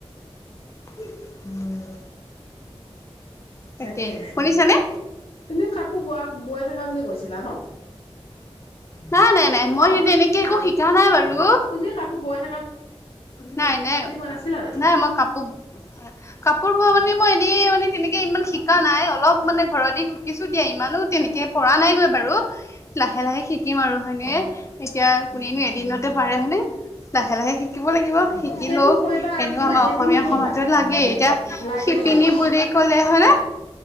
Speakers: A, on the left; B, on the left.
A: হুম। তাকেই।
B: তাকে
A: শুনিছানে?
B: তুমিও কাপোৰ বোৱা বৈ থকা বুলি কৈছিলা ন?
A: নাই নাই নাই মই
B: অ
A: সেই তেনেকে
B: শাল
A: একো শিকা নাই বাৰু।
B: তুমিও কাপোৰ বৈ থাকা
A: নাই নাই,
B: বুলি কোৱা নাছিলা জানো
A: নাই মই কাপোৰ কাপোৰ বোৱা মানে মই এনে মানে তেনেকে ইমান শিকা নাই, অলপ মানে ঘৰতে শিকিছোঁ দিয়া, ইমানো তেনেকে পৰা নাই গৈ বা আৰু লাহে-লাহে শিকিম আৰু হয়নে? এতিয়া কোনেনো এদিনতে পাৰে হয়নে? লাহে লাহে শি ব লাগিব, শিকিলেও
B: সেইটো কৰিবা আৰু
A: এনেকুৱা
B: তোমাৰ
A: আমাৰ
B: এইটোও
A: অসমীয়া
B: শিকিবা
A: সমাজত লাগেই। এতিয়া
B: লাগে
A: শিপিনী
B: লাগে
A: বুলি ক নে হয়নে?